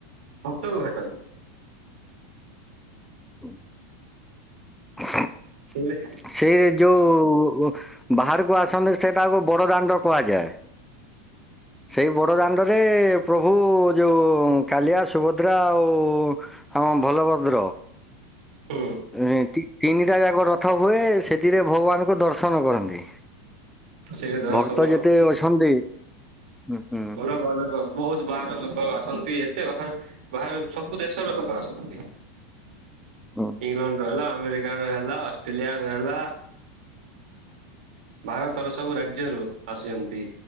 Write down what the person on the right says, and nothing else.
ଭକ୍ତକୁ ଭେଟନ୍ତି।
<unintelligible>
ହୁଁ।
ସେଇଠି ଦର୍ଶନ
କରନ୍ତି
କହନା କହ ବହୁତ ବାହାର ଲୋକ ଆସନ୍ତି ଏତେ ବାହାରୁ ବାହାରୁ ସବୁ ଦେଶର ଲୋକ ଆସନ୍ତି
ଇଂଲଣ୍ଡ ର ହେଲା ଆମେରିକା ର ହେଲା, ଅଷ୍ଟ୍ରେଲିଆ ର ହେଲା ଭାରତର ସବୁ ରାଜ୍ୟରୁ ଆସିଛନ୍ତି